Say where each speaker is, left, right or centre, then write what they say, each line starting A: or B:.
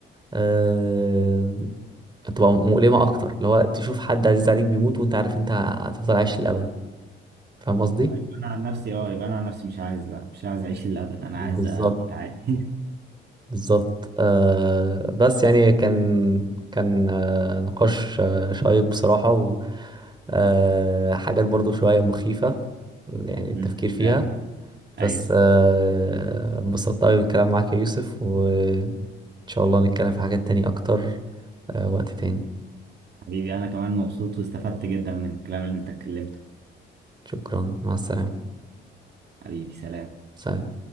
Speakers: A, on the right; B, on the right.
A: آه، هتبقى مؤلمة أكتر اللي هو تشوف حد عزيز عليك بيموت وأنت عارف أنت هتفضل عايش للأبد فاهم قصدي؟
B: طيب انا عن نفسي اه يبقى انا عن نفسي مش عايز لا مش عايز اعيش للابد انا
A: بالظبط
B: عايز اموت عادي <laughs>
A: بالظبط آه بس يعني كان كان آه نقاش آه شيق بصراحة و آه حاجات برضو شوية مخيفة يعني التفكير
B: أمم،
A: فيها
B: فعلا
A: بس
B: ايوه
A: آه انبسطت أوي بالكلام معاك يا يوسف وإن شاء الله نتكلم في حاجات تاني أكتر آه وقت تاني
B: حبيبي انا كمان مبسوط واستفدت جدا من الكلام اللي انت اتكلمته
A: شكرا مع السلامة
B: حبيبي سلام
A: سلام